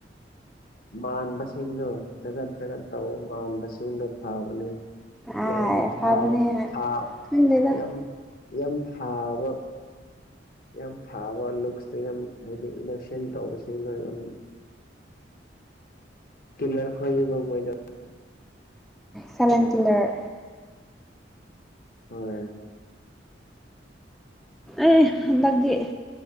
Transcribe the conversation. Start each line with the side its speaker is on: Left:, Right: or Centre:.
Left: ꯃꯥꯟꯕꯁꯤꯡꯗꯣ ꯖꯒꯠ ꯖꯒꯠ ꯇꯧꯕ ꯃꯥꯟꯕꯁꯤꯡꯗꯣ ꯐꯕꯅꯦ
Centre: ꯑꯥꯏ
Left: ꯌ ꯊ
Centre: ꯐꯕꯅꯦ
Left: ꯊꯥ
Centre: ꯈꯪꯗꯦꯗ
Left: ꯌ ꯌ ꯍꯥꯥꯎꯕ ꯌꯥꯝ ꯐꯥꯕ ꯂꯨꯛꯁꯇ ꯌꯥꯝ ꯍꯥꯏꯗꯤ ꯑꯩꯅ ꯁꯦꯟ ꯇꯧꯕꯁꯤ ꯑꯩꯅ ꯌꯥꯝ ꯀꯂꯔ ꯈꯕ ꯃꯣꯏꯗ
Centre: ꯁꯂꯦꯟ ꯀꯂꯔ
Left: ꯍꯣꯏ
Centre: ꯑꯦ ꯍꯗꯥꯛꯗꯤ